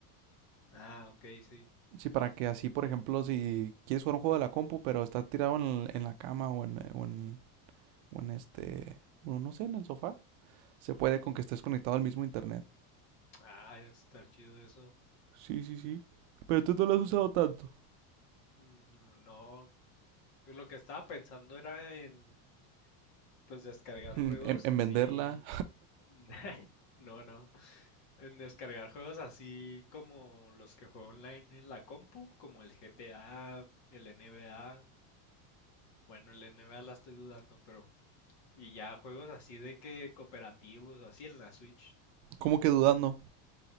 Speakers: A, on the left; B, on the right.
A: <laughs> Ah, ok, sí.
B: Sí, para que así, por ejemplo, si quieres jugar un juego de la compu, pero está tirado en, en la cama o en, o en, o en este, o no sé, en el sofá, se puede con que estés conectado al mismo internet.
A: Ah, está chido eso.
B: Sí, sí, sí. Pero tú no lo has usado tanto.
A: Mm, No, pues lo que estaba pensando era en, pues descargar
B: Mm,
A: juegos
B: En, en
A: así.
B: venderla,
A: <laughs> No, no. En descargar juegos así como los que juego online en la compu, como el GTA, el NBA. Bueno, el NBA la estoy dudando, pero Y ya juegos así de que cooperativos o así en la Switch.
B: <laughs> como que dudando.